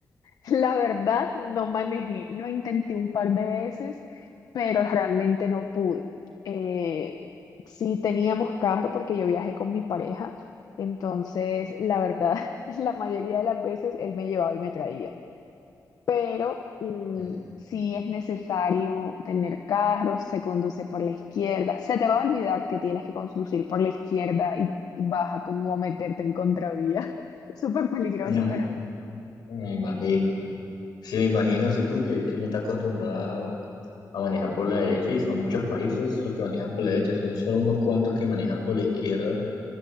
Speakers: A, on the left (about 65°); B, on the left (about 80°).
A: Sí, la verdad no manejé, lo intenté un par de veces, pero realmente no pude. Eh, sí teníamos carro porque yo viajé con mi pareja, entonces la verdad <laughs> la mayoría de las veces él me llevaba y me traía. pero mm,
B: Eh,
A: sí es necesario tener carro, se conduce por la izquierda. Se te va a olvidar que tienes que conducir por la izquierda y, y vas a como meterte en contravía. <laughs> Súper peligroso,
B: ya, <laughs>
A: pero
B: me imagino. Sí, me imagino, sí, porque aquí uno está acostumbrado a, a manejar por la derecha y son muchos países los que manejan por la derecha, son solo unos cuantos que manejan por la izquierda.